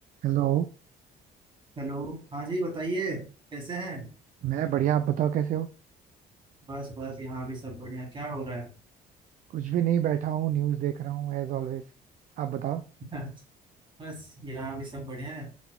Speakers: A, on the right; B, on the right.
A: Hello
B: Hello हाँ जी बताइए कैसे हैं
A: मैं बढ़िया आप बताओ कैसे हो
B: बस बस यहाँ भी सब बढ़िया क्या हो रहा
A: कुछ भी नहीं बैठा हूँ न्यूज़ देख रहा हूँ एज ऑलवेज आप बताओ
B: है <laughs> बस यहाँ भी सब बढ़िया है